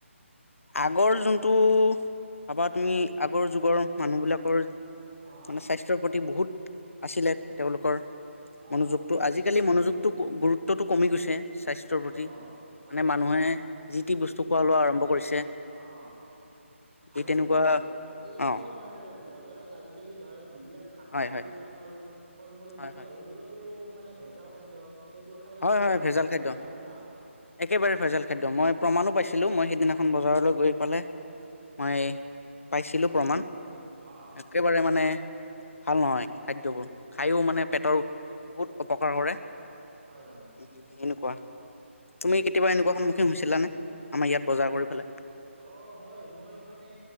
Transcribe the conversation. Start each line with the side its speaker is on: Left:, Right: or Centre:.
Left: আগৰ যোনটো ভাবা তুমি, আগৰ যুগৰ মানুহ বিলাকৰ মানে
Right: অঁ
Left: স্বাস্থ্যৰ প্ৰতি বহুত আছিলে, তেওঁলোকৰ
Right: অঁ
Left: মনোযোগটো
Right: গুৰুত্ব
Left: আজিকালি
Right: দিছিল তেওঁলোকে
Left: মনোযোগতো গুৰুত্বটো কমি গৈছে। স্বাস্থ্যৰ প্ৰতি,
Right: অঁ হয়
Left: মানে
Right: হয়
Left: মানুহে যি টি বস্তু
Right: উম
Left: খোৱা লোৱা আৰম্ভ কৰিছে।
Right: অঁ
Left: এই
Right: আৰু
Left: তেনেকুৱা
Right: এই
Left: অ
Right: যে আমাৰ বজাৰত আজিকালি ধৰা যিবিলাক শাক
Left: হয়
Right: পাচলি
Left: হয়
Right: বা ফল ফল মূল এইবোৰ
Left: হয়
Right: পায়।
Left: হয়
Right: সেইবোৰতো মানে ভেজাল খাদ্য, সেইবোৰ খায়তো
Left: হয়
Right: মানুহৰ
Left: হয় ভেজাল
Right: স্বাস্থ্য
Left: খাদ্য,
Right: বেয়া হয় ন
Left: একেবাৰে ভেজাল খাদ্য, মই প্ৰমাণো পাইছো। ছিলোঁ, মই সেইদিনাখন বজাৰলৈ গৈ পেলাই মই পাইছিলোঁ প্ৰমাণ।
Right: অঁ
Left: একেবাৰে মানে ভাল নহয়, খাদ্যবোৰ খাইও মানে পেটৰ বহুত অপকাৰ কৰে।
Right: হয় হয়
Left: উ এনেকুৱা, তুমি কেতিয়া এনেকুৱা
Right: অঁ
Left: সন্মখীন হৈছিলানে? আমাৰ ইয়াত বজাৰ কৰি পেলাই,
Right: অ' হয়, মই মানে